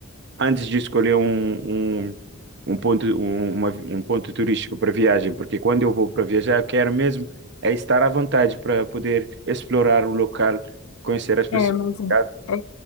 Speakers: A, on the right; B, on the left.
A: antes de escolher um, um, um ponto, um, uma- um ponto turístico para viagem, porque quando eu vou para viajar, eu quero mesmo é estar à vontade para poder explorar o local, conhecer as pessoas.
B: É, mas
A: tá?
B: é,